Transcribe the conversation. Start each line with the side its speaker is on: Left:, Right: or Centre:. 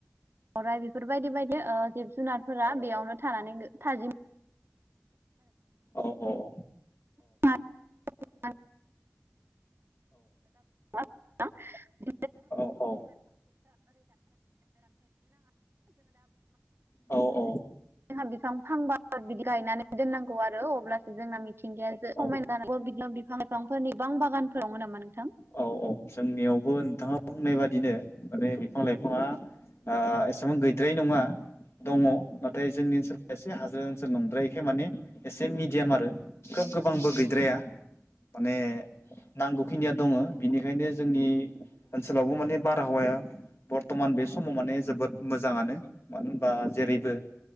Right: अराय बेफोर बायदि बायदि जिब जुनारफोरा बेयावनो थानानै थाजिम।
Left: औ औ।
Right: <unintelligible> <unintelligible> <unintelligible>
Left: औ औ औ औ
Right: जोंहा बिफां फांबा बिदि गायनानै दोननांगौ आरो अब्लासो जोंना मिथिंगाया जे
Left: औ
Right: समायना जानांगौ बिदि बिफां बिफांफोरनि बबां बागानफोराव मोनोमोन।
Left: औ औ जोंनियावबो नोंथाङा बुंनाय बादिनो माने बिफां लाइफाङा एसेबां गैद्राय नङा। दङ नाथाय जोंनि ओनसोलाव एसे हाजो ओनसोल नंद्रायखाय माने एसे मिडियाम आरो। खोब गोबांबो गैद्राया माने नांगौखिनिया दङ बिनिखायनो जोंनि ओनसोलावबो माने बारहावाया बरथमान बे समाव माने जोबोद मोजाङानो। मानो होनबा जेरैबो